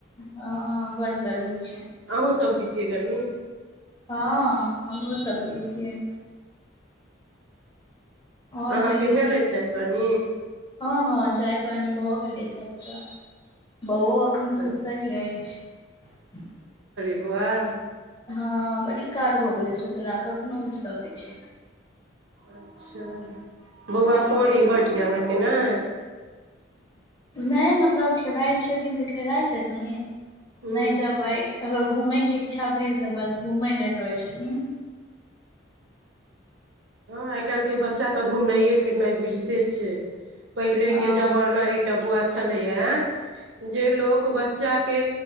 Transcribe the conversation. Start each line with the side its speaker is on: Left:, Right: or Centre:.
Left: हँ बड्ड गर्मी छै
Right: अहूँसभ दिस गर्मी
Left: हँ हमरो सब दिस यै और
Right: अहाँके
Left: कहियौ
Right: भेलै चाइ पानी
Left: हँ हँ चाय पानी भऽ गेलै सब टा बौऔ अखन सुतल
Right: अच्छा
Left: अछि
Right: वाह
Left: हँ बड़ी काल भऽ गेलै सुथरा कखनो उठि सकैत छैथ
Right: अच्छा बौआ
Left: और
Right: कोन
Left: कहि
Right: बड यए अहाँके ने
Left: नहि मतलब खेलाइत छथिन तऽ खेलाइत छथिन
Right: हूँ
Left: नहि तऽ भइ अगर घूमय के इच्छा भेल तऽ बस घूमय लेल रहै छथिन
Right: हँ आइ काल्हिके बच्चा तऽ घुमनाइए फिरनाइ बुझिते छै पहिले
Left: हँ
Right: के जमाना एकटा बौआ छै छलैये जे लोक बच्चाके